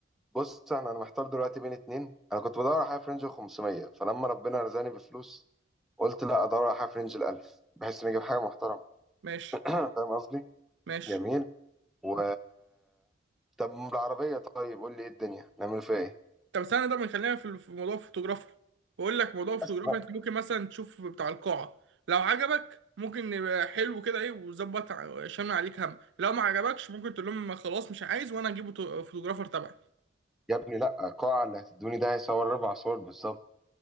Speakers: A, in the centre; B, on the right.
A: بص انا انا محتار دلوقتي بين اتنين انا كنت بدور على حاجه في رينج ال 500 فلما ربنا رزقني بفلوس قلت لا ادور على حاجه في رينج ال 1000 بحيث اني اجيب حاجه محترمه
B: ماشي
A: <clears throat> فاهم قصدي
B: ماشي
A: جميل و طب بالعربيه طيب قول لي ايه الدنيا نعمل فيها ايه
B: طب استنى طب خلينا في ال- في موضوع الفوتوغرافر بقول لك موضوع الفوتوغرافر
A: بس بقى.
B: انت ممكن مثلا تشوف بتاع القاعه لو عجبك ممكن يبقى حلو كده ايه وظبط ع- شامل عليك هم لو ما عجبكش ممكن تقول لهم خلاص مش عايز وانا هجيب فوتو- فوتوغرافر تبعي
A: يا ابني لا القاعه اللي هتدوني ده هيصور اربع صور بالظبط